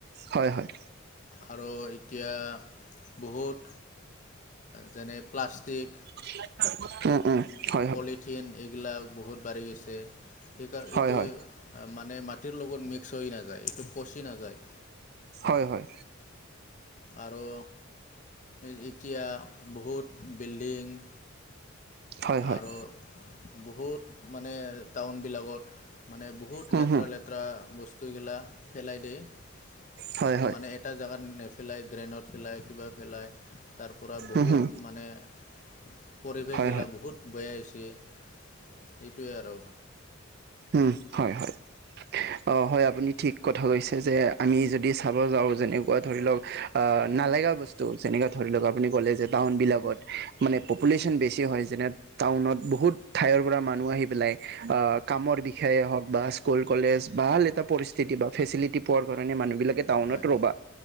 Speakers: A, on the right (about 50°); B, on the left (about 35°).
A: হঁয় হয়ঁ!
B: আৰু এতিয়া বহুত যেনে প্লাষ্টিক
A: <unintelligible> উমঁ উমঁ হয়। হয়
B: পলিথিন এইগিলাক বহুত বাঢ়ি গৈছে এইকাৰণ
A: হয়
B: এইটো।
A: হয়
B: মানে মাটিৰ লগত মিক্স হৈ নাযায় এইটো পচি নাযায়।
A: হয়ঁ হয়ঁ।
B: আৰু- যেতিয়া বহুত বিল্ডিং -
A: হয় হয়
B: তো বহুত মানে টাউনবিলাকত- মানে বহুত
A: হুম
B: লেতেৰা
A: হুম
B: লেতেৰা বস্তুগিলাক ফেলাই দিয়ে
A: হয় হয়
B: মানে- এটা জেগাত নেফেলাই ড্ৰেইনত পেলাই কিবা পেলায় তাৰ পৰা বহুত
A: উম হুম
B: মানে- পৰিৱেশগিলা
A: হয় হয়
B: বহুত বেয়া হৈছে সেইটোৱে আৰু।
A: উমঁ হঁয় হয়ঁ অঁ হয় আপুনি ঠিক- কথা কৈছে যে আমি যদি চাব যাওঁ যেনেকুৱা ধৰি লওঁক আহ- নালগাও বস্তু যেনেকে ধৰি লওঁক আপুনি ক'লে যে টাউন বিলাকত মানে পপুলেচন বেছি হয় যেনে- টাউনত বহুত ঠাইৰ পৰা মানুহ আহি পেলাই আ- কামৰ বিষয়ে হওঁক বা স্কুল কলেজ ভাল এটা পৰিস্থিতি বা ফেচিলিটি কাৰণে মানুহ বিলাক- টাউনত
B: হয়
A: ৰ'ব